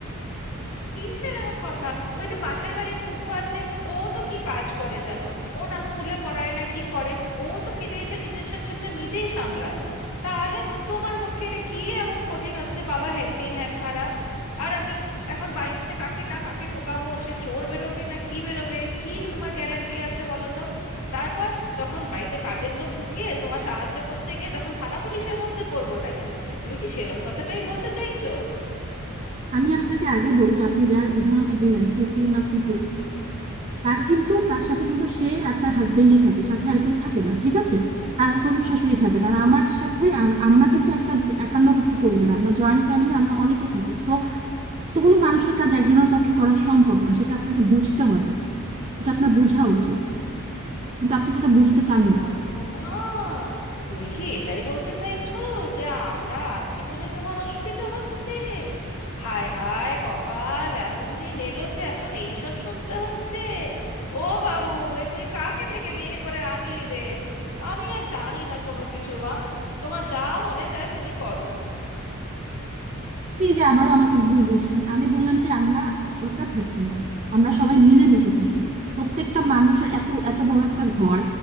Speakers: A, on the left; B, on the right.
A: কিসের এমন কথা ওই যে পাশের বাড়ির পুটু আছে ও তো কি কাজ করে জানো ও না স্কুলে পড়ায় না কি করে ও তো ফিরে এসে নিজের সংসারটা নিজেই সামলায় তাহলে তোমার পক্ষে এটা কি এমন কঠিন হচ্ছে বাবা হেল্পিং হ্যান্ড ছাড়া আর আমি এখন বাড়িতে কাকে ডাক কাকে ঢোকাবো সে চোর বেরোবে না কি বেরোবে এর কি তোমার গ্যারান্টি আছে বলো তো তারপর তখন বাড়িতে কাজের লোক ঢুকিয়ে তোমার সাহায্য করতে গিয়ে তখন থানা পুলিশের মধ্যে পড়বো নাকি তুমি কি সেরম কথাটাই বলতে চাইছো
B: আমি আপনাকে আগে বলি আপনি যার উদাহরণটা দিলেন পুটু না পুটু তার কিন্তু তার সাথে কিন্তু সে আর তার হাজবেন্ডই থাকে সাথে আর কেউ থাকে না ঠিক আছে তার শ্বশুর শাশুড়ি থাকে না আর আমার সাথে আর আমরা কিন্তু একটা একান্নবর্তী পরিবার আমরা জয়েন্ট ফ্যামিলি আমরা অনেকে থাকি এতগুলো মানুষের কাজ একজনের পক্ষে করা সম্ভব না সেটা আপনাকে বুঝতে হবে সেটা আপনার বোঝা উচিত কিন্তু আপনি সেটা বুঝতে চান
A: ওমা
B: না
A: গো মা তুমি কি এটাই বলতে চাইছো যে আমরা আছি বলে তোমার অসুবিধা হচ্ছে হায় হায় কপাল এমন দিন এলো যে এখন এই সব শুনতে হচ্ছে ও বাবু এ তুই কাকে দেখে বিয়ে করে আনলি রে আমি আর জানি না কোনো কিছু মা তোমার যা মনে চায় তুমি করো
B: আপনি যে আবারও আমাকে ভুল বুঝলেন আমি বললাম যে আমরা একা থাকি না আমরা সবাই মিলেমিশে থাকি প্রত্যেকটা মানুষের এত এত বড় একটা ঘর